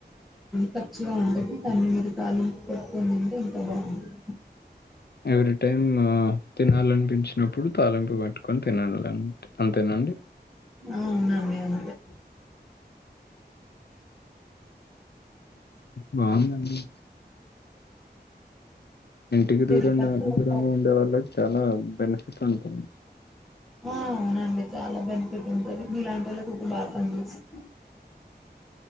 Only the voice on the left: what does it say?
ఎవ్రీ టైమ్ తినాలనిపించినప్పుడు తాలింపు పట్టుకొని తినాల అంతేనండి
బాగుందండి ఇంటికి
దూరంగా
దూరంగా
ఉండే వాళ్ళక్ చాలా బెనిఫిట్ ఉంటుంది.